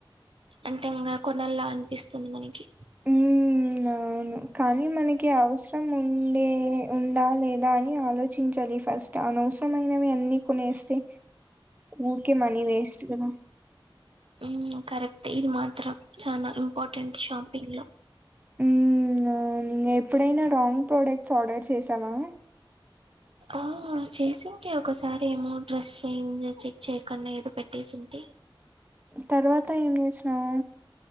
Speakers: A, on the right; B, on the right.
A: అంటే ఇంగ కొనల్లా అనిపిస్తుంది మనకి
B: ఉమ్ అవును కానీ మనకి అవస్రం ఉండే ఉంద లే దా అని ఆలోచించాలి ఫస్ట్ అనవ్స్రమైనవి అన్ని కొనేస్తే ఊరికే మనీ వేస్ట్ కదా
A: హ్మ్మ్ కరెక్టే ఇది మాత్రం చాలా ఇంపార్టెంట్ షాపింగ్ లో
B: హ్మ్మ్ అవును ఎప్పుడైనా రాంగ్ ప్రోడక్ట్స్ ఆర్డర్ చేసావా
A: ఆ చేసింటి ఒకసారి ఏమో డ్రెస్ చేంజ్ చెక్ చేయ్యకుండా ఏదో పెట్టేసింటి
B: తర్వాత ఏం చేసినావ్